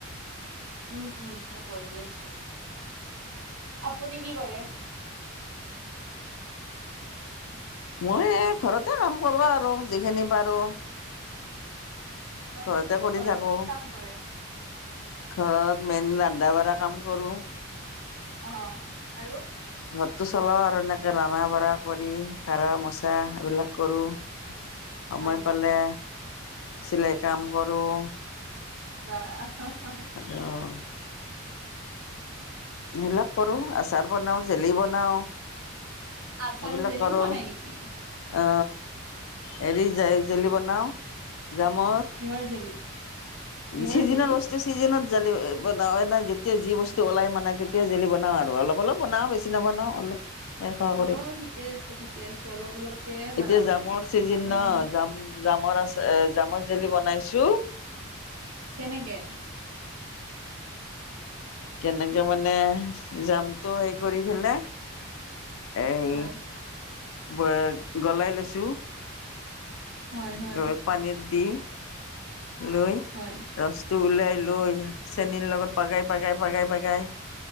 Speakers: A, on the right; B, on the left.
A: উম, উম মই পঢ়ি আছো। আপুনি কি কৰে?
B: মই এ ঘৰতে কাম কৰো আৰু যিখিনি পাৰো।
A: হয়
B: ঘৰতে
A: নেকি
B: কৰি
A: ঘৰত
B: থাকো।
A: কি কাম কৰে
B: ঘৰত মেইন ৰান্ধা-বাঢ়া কাম কৰোঁ।
A: অ, আৰু?
B: ঘৰটো চলাও আৰু এনেকে ৰানা বাঢ়া কৰি সা, মোচা এইবিলাক কৰোঁ।
A: <inaudible>
B: সময়
A: নেকি
B: পালে চিলাই কাম কৰোঁ।
A: বা <unintelligible>
B: অ। এইবিলাক কৰো। আচাৰ বনাওঁ, জেলি বনাওঁ।
A: আচাৰো
B: এইবিলাক
A: জেলিও
B: কৰো।
A: বনাই নেকি
B: অ হেৰি জে জেলি বনাওঁ জামৰ।
A: কিহৰ জেলি কিহৰ
B: চিদিনা
A: জেলি
B: বচ চিজনত জেলী এ বনাও এনাই যেতিয়া যি বস্তু হ'ব লাগে মানে তেতিয়া জেলী বনাওঁ আৰু অলপ অলপ বনাওঁ বেছি নবনাওঁ। অলপ এশ
A: অ',
B: কৰি।
A: ঠিকে আছে ঠিকে আছে অলপ অলপকে বনাব
B: এতিয়া জামৰ
A: লাগে
B: চিজিন
A: নহ'লে
B: ন
A: আৰু
B: জাম জামৰ আছ এ জামৰ জেলি বনাইছো।
A: কেনেকে?
B: কেনেকে মানে জামটো হেই কৰি ফেলে এই
A: হয়
B: ব গলাই লৈছো।
A: হয় হয়
B: গ পানীত দি লৈ
A: হয়।
B: ৰচটো ওলাই লৈ চেনীৰ লগত পাগাই পাগাই পাগাই পাগাই